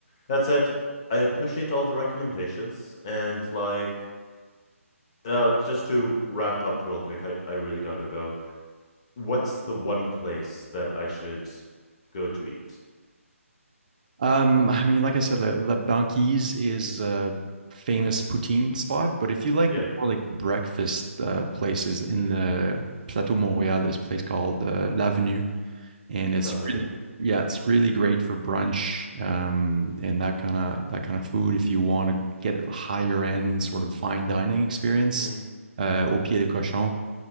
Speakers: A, on the left (about 25°); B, on the right (about 35°).
A: That said, I appreciate all the recommendations and like, uh, just to wrap up real quick, I I really gotta go. What's the one place that I should go to eat?
B: Um, I mean, like I said, La, La Banquise is a famous poutine spot, but if you like
A: Yeah,
B: more like breakfast uh, places in the Plateau Montréal, there's a place called uh, L'Avenue and it's
A: the Avenue.
B: really yeah it's really great for brunch um, and that kind of that kind of food if you want to get a higher end sort of fine dining experience
A: Mm.
B: uh, au pied de cochon